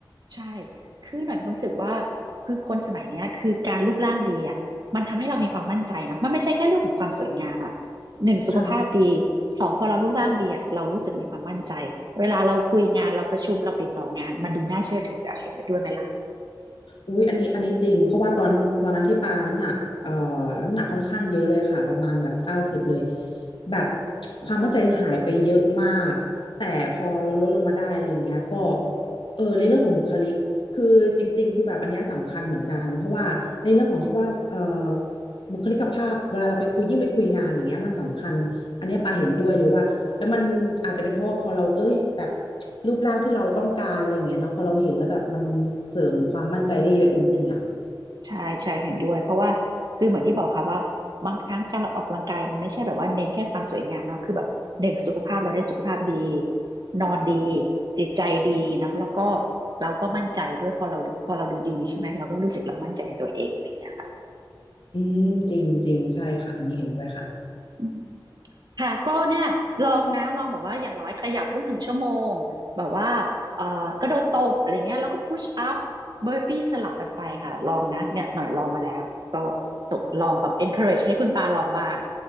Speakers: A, on the right (about 55°); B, on the left (about 75°).
A: ใช่คือหน่อยมีความรู้สึกว่าคือคนสมัยเนี้ยคือการรูปร่างดีอ่ะมันทำให้เรามีความมั่นใจเนาะมันไม่ใช่แค่เรื่องของความสวยงามอ่ะหนึ่งสุขภาพดี
B: ค่ะ
A: สองพอเรารูปร่างดีอ่ะเรารู้สึกมีความมั่นใจเวลาเราคุยงานเราประชุมเราติดต่องานมันดูน่าเชื่อถืออะเห็นไปด้วยไหมล่ะ
B: อุ๊ยอันนี้อันนี้จริงเพราะว่าตอนตอนนั้นที่ปาน้ำหนักเอ่อน้ำหนักค่อนข้างเยอะเลยค่ะประมาณแบบเก้าสิบเลยแบบความมั่นใจหายไปเยอะมากแต่พอเราลดลงมาได้อะไรอย่างเงี้ยก็เออในเรื่องของบุคลิกคือจริงๆคือแบบอันเนี้ยสำคัญเหมือนกันเพราะว่าในเรื่องของที่ว่าเอ่อบุคลิกภาพเวลาเราไปคุยยิ่งไปคุยงานอย่างเงี้ยมันสำคัญอันเนี้ยปาเห็นด้วยเลยว่า แล้วมันอาจจะเป็นเพราะว่าพอเราเอ้ยแบบรูปร่างที่เราต้องการอะไรอย่างเงี้ยเนาะพอเราเห็นแล้วแบบมันเสริมความมั่นใจได้เยอะจริงๆอ่ะ
A: ใช่ใช่เห็นด้วยเพราะว่าคือเหมือนที่บอกค่ะว่าบางครั้งการเราออกกำลังกายมันไม่ใช่แบบว่าเน้นแค่ความสวยงามเนาะคือแบบหนึ่งสุขภาพเราได้สุขภาพดีนอนดีจิตใจดีนะแล้วก็เราก็มั่นใจด้วยพอเราพอเราดูดีใช่ไหมเราก็รู้สึกเรามั่นใจในตัวเองอะไรอย่างเงี้ยค่ะ
B: อืมจริงจริงใช่ค่ะอันนี้เห็นด้วยค่ะ
A: อืม ค่ะก็เนี่ยลองนะลองแบบว่าอย่างน้อยขยับทุกหนึ่งชั่วโมงแบบว่าเอ่อกระโดดตบอะไรเงี้ยแล้วก็พุชอัพเบอร์ปี้สลับกันไปค่ะลองนะเนี่ยหน่อยลองมาแล้วก็ส่งลองแบบ encourage ให้คุณปาลองบ้าง